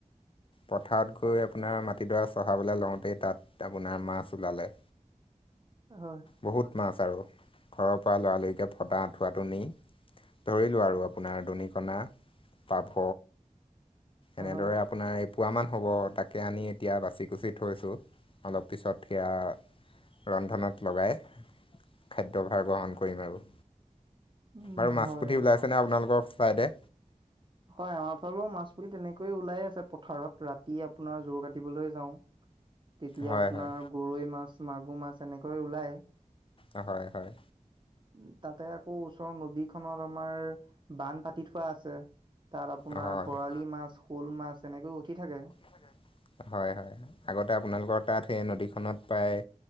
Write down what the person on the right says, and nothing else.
হয়।
হয়।
উম,
হয়।
হয়, আমাৰ ফালেও মাছ পুলি তেনেকৈয়ে ওলাই আছে পথাৰত ৰাতি আপোনাৰ জোৰ কাটিবলৈ যাওঁ। তেতিয়া
আপোনাৰ
গৰৈ মাছ, মাগুৰ মাছ এনেকৈ ওলাই।
উম, তাতে আকৌ ওচৰৰ নদীখনৰ আমাৰ বান পাতি থোৱা আছে, তাত আপোনাৰ
বৰালি
মাছ, শ'ল মাছ তেনেকৈ উঠি থাকে।